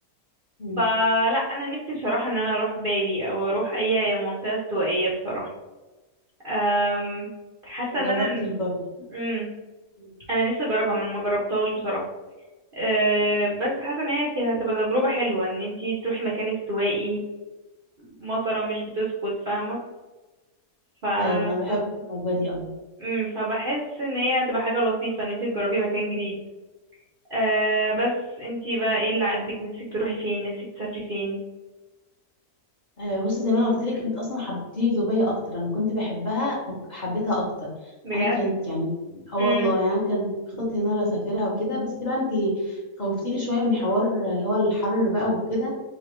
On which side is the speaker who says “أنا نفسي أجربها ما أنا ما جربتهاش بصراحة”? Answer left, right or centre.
Right